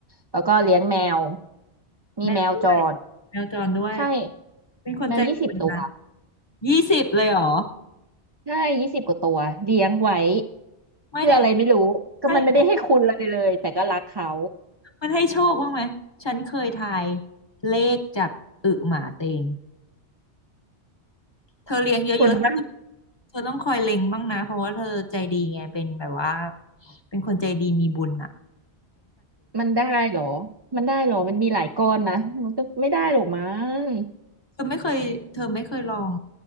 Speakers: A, on the right (about 40°); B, on the left (about 25°).
A: แล้วก็เลี้ยงแมวมีแมวจร
B: แมวด้วยแมวจรด้วย
A: ใช่
B: เป็นคนใจบุญนะ
A: แมวยี่สิบตัว
B: ยี่สิบเลยเหรอ
A: ใช่ยี่สิบกว่าตัวเลี้ยงไว้
B: ไม่เนี่ย
A: เพื่ออะไรไม่รู้ก็มันไม่ได้ให้คุณอะไรเลยแต่ก็รักเขา
B: ถ้าอย่างนั้นมันให้โชคบ้างไหมฉันเคยทายเลขจากอึหมาเต็ง เธอเลี้ยงเยอะๆเธอ
A: คนบ้าง
B: เธอต้องคอยเล็งบ้างนะเพราะว่าเธอใจดีไงเป็นแบบว่าเป็นคนใจดีมีบุญอ่ะ
A: มันได้เหรอ มันได้เหรอมันมีหลายก้อนนะมันก็ไม่ได้หรอกมั้ง
B: เธอไม่เคยเธอไม่เคยลอง